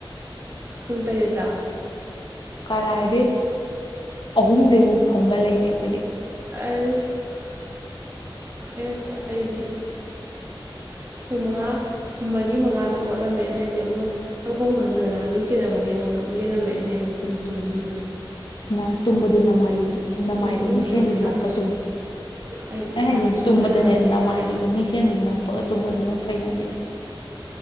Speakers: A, on the right; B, on the left.
A: ꯄꯨꯡ ꯇꯔꯦꯠꯇ
B: ꯀꯔꯥꯏꯗꯩ ꯑꯍꯨꯝꯗꯩꯕꯨ ꯐꯝꯃ ꯂꯩꯅꯦ ꯑꯈꯣꯏꯗꯤ
A: ꯑꯁ ꯑꯩꯅꯈꯤꯇꯪ ꯑꯩꯗꯤ ꯄꯨꯡ ꯃꯉꯥ ꯃꯔꯤ ꯃꯉꯥꯗ ꯍꯧꯒꯠꯂꯝꯃꯦ ꯑꯗꯩꯗꯤ ꯑꯃꯨꯛ ꯇꯧꯐꯝ ꯈꯪꯗꯗꯅ ꯃꯤꯡꯁꯦꯜ ꯑꯃꯨꯛ ꯌꯦꯡꯉꯒ ꯌꯦꯡꯉꯝꯃꯦ ꯑꯗꯩ ꯑꯃꯨꯛ ꯎꯝ ꯇꯨꯝꯖꯤꯟꯕꯅꯦ
B: ꯅ ꯇꯨꯝꯕꯗꯨ ꯅꯃꯥꯏꯗꯨ ꯅꯃꯥꯏꯗ
A: ꯑꯗꯨꯝ
B: ꯃꯤꯡꯁꯦꯟꯗꯨ
A: ꯑꯩ ꯏꯁꯥꯁꯤ
B: ꯅꯞꯄ ꯇꯨꯝꯃꯤ
A: ꯑꯩꯁꯦ
B: ꯑꯩ
A: ꯏꯁꯥꯁꯦ
B: ꯍꯥꯏꯗꯤ
A: ꯁꯣꯟꯊꯔꯕꯅ
B: ꯇꯨꯝꯕꯗꯅꯦ
A: ꯌꯦꯡꯉꯝꯃꯦ
B: ꯅꯃꯥꯏꯗꯨꯗ ꯃꯤꯡꯁꯦꯟꯗꯨ ꯅꯞꯄꯒ ꯇꯨꯝꯕꯗꯨꯅ ꯐꯩ ꯅꯪꯗꯤ ꯂꯧꯁꯤꯟꯕ ꯉꯝꯗꯕ